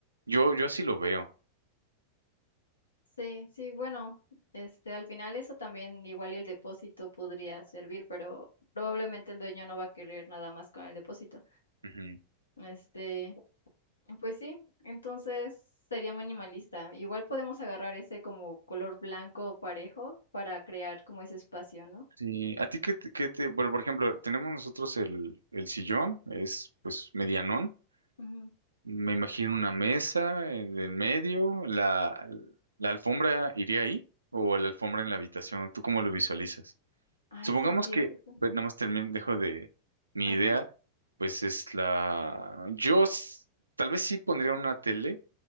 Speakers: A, on the right (about 75°); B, on the left (about 75°).
A: Yo, yo así lo veo.
B: Sí, sí, bueno, este, al final eso también igual y el depósito podría servir, pero probablemente el dueño no va a querer nada más con el depósito.
A: Ujú.
B: Este, pues sí, entonces sería minimalista. Igual podemos agarrar ese como color blanco parejo para crear como ese espacio, ¿no?
A: Sí, a ti qué te, qué te- bueno, por ejemplo, tenemos nosotros el, el sillón, es pues medianón,
B: Ujú.
A: me imagino una mesa en el medio, la, la alfombra iría ahí o la alfombra en la habitación, ¿tú cómo lo visualizas?
B: Ay,
A: Supongamos
B: sí es cierto.
A: que, pues, nada más termino, dejo de mi
B: Ajá.
A: idea, pues es la, yo s- tal vez sí pondría una tele